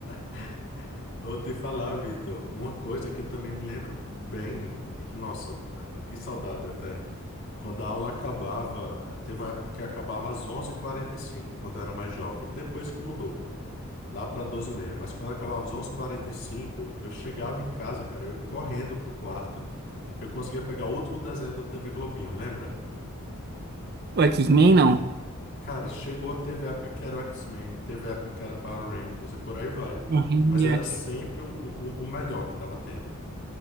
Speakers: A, on the left; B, on the right.
A: <laughs> Vou te falar, Vitor, uma coisa que eu também me lembro bem, e que, nossa, é, que saudade até. Quando a aula acabava, teve uma época que acabava às onze e quarenta e cinco quando eu era mais jovem, depois que mudou. Lá pra doze e meia, Mas quando acabava às onze e quarenta e cinco, eu chegava em casa, cara. Eu ia correndo pro quarto, que eu conseguia pegar o último desenho do TV Globinho, lembra?
B: O X-Men não.
A: Cara, chegou, teve época que era o X-Men, teve época que era Power Rangers e por aí vai.
B: O Ranger-
A: Mas era sempre o, o, o melhor que tava tendo.